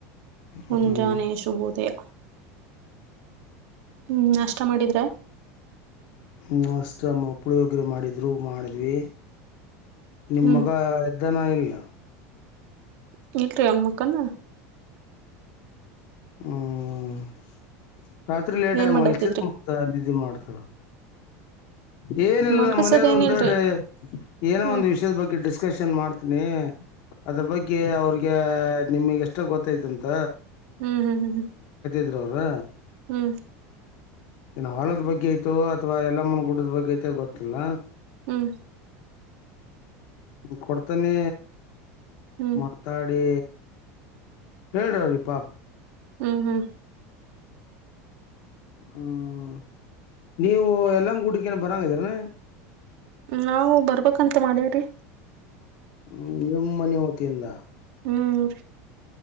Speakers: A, on the right; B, on the left.
A: ಮುಂಜಾನೆ
B: ಹ್ಮ್
A: ಶುಬೋದಯ ಹ್ಮ್ ನಾಷ್ಟ ಮಾಡಿದ್ರ
B: ನಸ್ ಉಪಯೋಗಿರ ಮಾಡಿದ್ರು ಮಾಡಿದ್ವಿ ನಿಮ್
A: ಹ್ಮ್
B: ಮಗ ಎದ್ದನ ಇಲ್ಲ
A: <unintelligible> ಅವನ್ ಮಕ್ಕಂದ
B: ಹ್ಮ ರಾತ್ರಿ ಲೇಟ್
A: ಏನ್
B: ಆಗ ಮಲ್ಸಿದ
A: ಮಾಡತ್ತಿದ್ರಿ
B: ಮತ್ ನಿದ್ದಿ ಮಾಡ್ತಾರ ಏನಿಲ್ಲ
A: ಮಲ್ಕಸದ
B: ನಮ್ಮ್ ಮನೆಯರ್
A: ಏನ
B: ಒಂದ
A: ಇಲ್ರಿ
B: ದೊಡ್ಡ ಏನೋ
A: ಹ್ಮ್
B: ಒಂದಂದು ವಿಷಯದ ಬಗ್ಗೆ ಡಿಸ್ಕಶನ್ ಮಾಡ್ತನಿ ಅದ್ರ ಬಗ್ಗೆ ಅವ್ರಿಗೆ ನಿಮಗ್ ಎಷ್ಟ ಗೊತ್ತೈತಿ ಅಂತ
A: ಹ್ಮ್ ಹ್ಮ್ ಹ್ಮ್ ಹ್ಮ್
B: ಇರೋರು
A: ಹ್ಮ್
B: ಏನ ಹೊಲದ ಬಗ್ಗೆ ಐತೋ ಅಥವಾ ಎಲ್ಲಮ್ಮನ ಗುಡ್ಡದ ಬಗ್ಗೆ ಐತೊ ಗೊತ್ತಿಲ್ಲ
A: ಹ್ಮ
B: ಕೊಡ್ತೀನಿ
A: ಹ್ಮ್
B: ಮಾತಾಡಿ ಹೇಳ್ರಿ ಪಾಪ
A: ಹ್ಮ್ ಹ್ಮ್
B: ಹ್ಮ ನೀವು ಎಲ್ಲ ಗುಡಿಕೇನು ಬರಾಂಗ್ದೀರನೆ
A: ನಾವು ಬರ್ಬೇಕಂತ ಮಾಡೇವ್ರಿ
B: ಹ್ಮ್ ನಿಮ್ಮನ ವತಿಯಿಂದ
A: ಹ್ಮ್ ರೀ